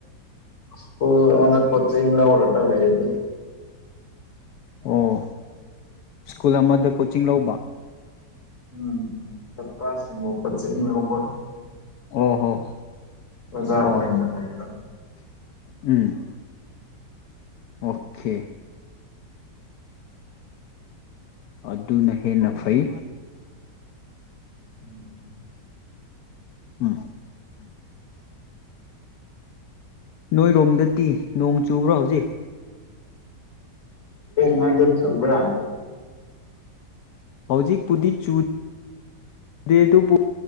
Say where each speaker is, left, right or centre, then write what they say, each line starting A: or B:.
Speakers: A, on the left; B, on the left.
A: ꯁꯀꯨꯜ ꯀꯣꯆ ꯂ ꯑꯣꯔꯇ ꯂꯩꯗꯤ
B: ꯑꯣ ꯁ꯭ꯀꯨꯜ ꯑꯃꯗ ꯀꯣꯆꯤꯡ ꯂꯧꯕ
A: ꯎꯝ ꯆꯄꯁꯤꯡꯕ ꯀꯠꯆꯤꯡ ꯂꯧꯕ
B: ꯑꯣ ꯍꯣ
A: ꯑꯣꯖꯥ
B: ꯑꯣ
A: ꯑꯣꯏꯅ
B: ꯍꯣ
A: ꯂꯩꯕ
B: ꯎꯝ ꯑꯣꯀꯦ ꯑꯅꯍꯦ ꯅ ꯐꯩ
A: ꯎꯝ
B: ꯎ ꯅꯣꯏꯔꯣꯝꯗꯗꯤ ꯅꯣꯡ ꯆꯨꯕ꯭ꯔꯣ ꯍꯧꯖꯤꯛ
A: ꯍꯗꯦ ꯁꯕ꯭ꯔ
B: ꯍꯧꯖꯤꯛꯄꯨꯗꯤ ꯆꯨ ꯑꯗꯨꯕꯨ